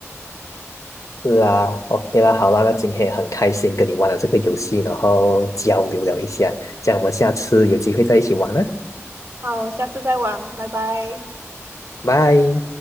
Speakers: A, on the left; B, on the right.
A: 是啊，OK 啦，好啦，那今天也很开心跟你玩了这个游戏，然后交流了一下，这样我们下次有机会再一起玩啦，
B: 好，下次再玩，拜拜。
A: 拜。